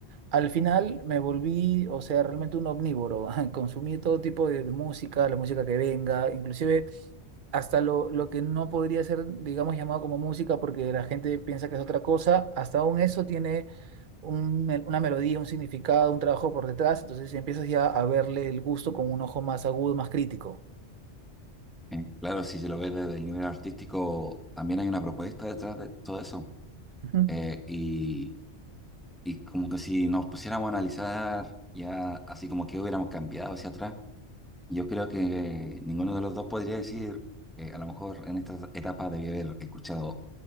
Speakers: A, on the right (about 55°); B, in the centre.
A: al final me volví, o sea, realmente un omnívoro, <laughs> consumí todo tipo de, de música, la música que venga, inclusive hasta lo, lo que no podría ser, digamos, llamado como música porque la gente piensa que es otra cosa, hasta aún eso tiene un mel- una melodía, un significado, un trabajo por detrás, entonces empiezas ya a verle el gusto con un ojo más agudo, más crítico.
B: Eh, Claro, si se lo ves desde el nivel artístico, también hay una propuesta detrás de todo eso.
A: Ujú.
B: Eh, y, Y como que si nos pusiéramos a analizar ya así como que hubiéramos cambiado hacia atrás, yo creo que ninguno de los dos podría decir, eh, a lo mejor en esta etapa debí haber escuchado